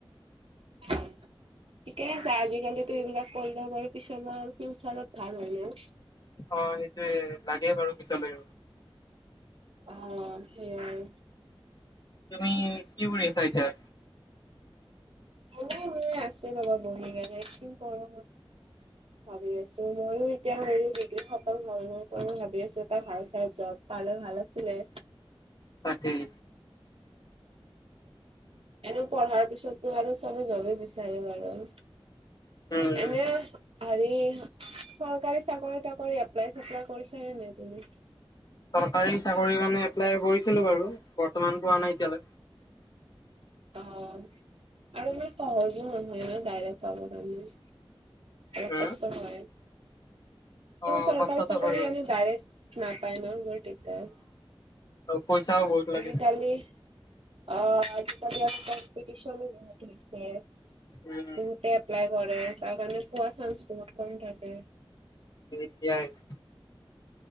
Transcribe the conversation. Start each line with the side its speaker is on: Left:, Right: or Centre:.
Right: <inaudible> ঠিকেই আছে আজিকালিো এইবিলাক <unintelligible> বাৰু পিছৰ ফিউচাৰত ভাল হ'লেও।
Left: অ', সেইটোয়ে লাগে বাৰু পিছত লাগিব।
Right: অ', সেইয়াই।
Left: তুমি কি কৰি আছা এতিয়া?
Right: এনেই আছোঁ ৰ'বা বহি কেনে কি কৰোঁ? ভাবি আছো ময়ো এতিয়া সেৰি ডিগ্ৰী <unintelligible> ভাবি আছো এটা ভাল চাই জব পালে ভাল আছিলে।
Left: তাকেই।
Right: এনেই পঢ়াৰ পিছততো আৰু চবে যবেই বিচাৰে বাৰু।
Left: উম
Right: এনে আৰে চৰকাৰী চাকৰি তাকৰি এপ্লাই চপ্লাই কৰিছা নে নাই তুমি?
Left: চৰকাৰী চাকৰিৰ কাৰণে এপ্লাই কৰিছিলো বাৰু বৰ্তমান পোৱা নাই এতিয়ালৈ।
Right: অ', আৰু ইমান সহজো নহয় ন' ডাইৰেক্ট পাব কাৰণে। অলপ
Left: উম
Right: কষ্ট হয়।
Left: অ
Right: চৰকাৰী
Left: কষ্টটো
Right: চাকৰি
Left: হয় বাৰু
Right: আমি ডাইৰেক্ট নাপাই নহ গৈ তাতে
Left: অ', পইচাও বহুত। লাগে
Right: আজিকালি অ', আজিকালি আৰু কম্পিটিচনো বহুত হৈছে বহুতে
Left: উম
Right: এপ্লাই কৰে তাৰ কাৰণে পোৱা চানস বহুত কম থাকে।
Left: <unintelligible>